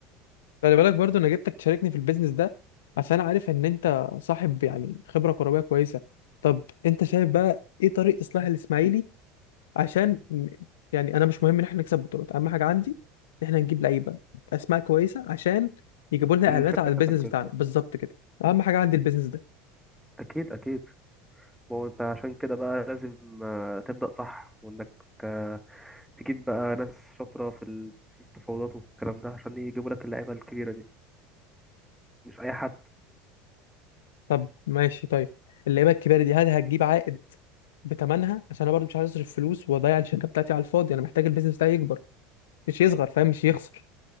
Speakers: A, on the left (about 85°); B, in the centre.
A: خلي بالك برضو انا جبتك تشاركني في البيزنس ده عشان عارف ان انت صاحب يعني خبره كرويه كويسه طب انت شايف بقى ايه طريق اصلاح الاسماعيلي عشان ن- يعني انا مش مهم ان احنا نكسب بطولات اهم حاجه عندي ان احنا نجيب لعيبه اسماء كويسه عشان يجيبوا لنا اعلانات
B: الشركه
A: على البيزنس
B: بتاعتك تكبر
A: بتاعنا بالظبط كده اهم حاجه عندي البيزنس ده
B: اكيد اكيد ما هو انت عشان كده بقى لازم آه، تبدا صح وانك آه، تجيب بقى ناس شاطره في التفاوضات والكلام ده عشان يجيبوا لك اللعيبه الكبيره دي مش اي حد
A: طب ماشي طيب اللعيبه الكبيره دي هل هتجيب عائد بتمنها عشان انا برضو مش عايز اصرف فلوس واضيع الشركه بتاعتي على الفاضي انا محتاج البيزنس بتاعي يكبر مش يصغر فاهم مش يخسر